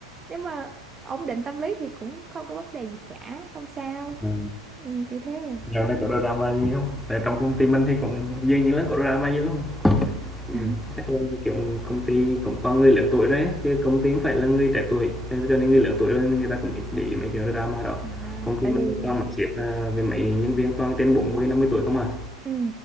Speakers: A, on the right; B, in the centre.
A: nếu mà ổn định tâm lý thì cũng không có vấn đề gì cả, không sao.
B: à.
A: Ừ, kiểu thế.
B: Dạo này có drama gì không? Tại trong công ty mình thì cũng dường như là có drama nhiều lắm. Ừm,
A: <laughs>
B: chắc là, kiểu, công ty cũng toàn người lớn tuổi đấy chứ công ty không phải là người trẻ tuổi, nên cho nên người lớn tuổi rồi người ta cũng ít để ý mấy chuyện drama đó.
A: À,
B: Công ty
A: tại
B: mình
A: vì
B: thì toàn mấy sếp, à, với mấy nhân viên toàn trên bốn mươi năm mươi tuổi không à,
A: ừ